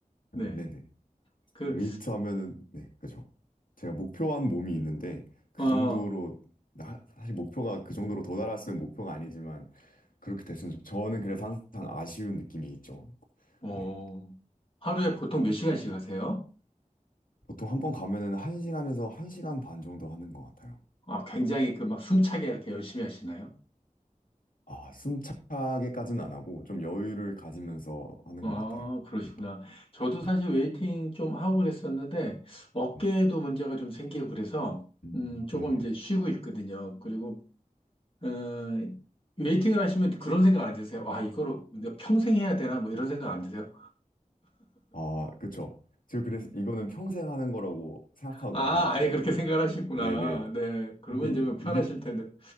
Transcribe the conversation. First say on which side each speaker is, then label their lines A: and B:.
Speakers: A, on the left; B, on the left.
A: 네.
B: 음, 네네
A: 그,
B: 웨이트 하면은 네 그죠. 제가 목표한 몸이 있는데 그
A: 어,
B: 정도로 나- 사실 목표가 그 정도로 도달했으면 목표가 아니지만 그렇게 됐으면 좋- 저는 그래서 항상 아쉬운 느낌이 있죠.
A: 어,
B: 네
A: 하루에 보통 몇 시간씩 하세요?
B: 보통 한 번 가면은 한 시간에서 한 시간 반 정도 하는 것 같아요.
A: 아, 굉장히 그 막 숨차게 이렇게 열심히 하시나요?
B: 아 숨차게까지는 안 하고 좀 여유를 가지면서 하는
A: 아,
B: 것 같아요.
A: 그러시구나.
B: 네,
A: 저도
B: 네,
A: 사실 웨이팅 좀 하고 그랬었는데, 어깨에도
B: 네,
A: 문제가 좀 생기고 그래서,
B: 음,
A: 음, 조금
B: 네네.
A: 이제 쉬고 있거든요. 그리고 어, 웨이팅을 하시면 그런 생각 안 드세요? 와, 이거를 내가 평생 해야 되나? 뭐 이런 생각 안 드세요?
B: 아, 그쵸. 제가 그래서 이거는 평생 하는 거라고 생각하고
A: 아,
B: 하고 있거든요.
A: 아예 그렇게 <laughs> 생각을 하시구나.
B: 네네.
A: 네. 그러면
B: 근데
A: 이제 뭐 편하실
B: 이게,
A: 텐데.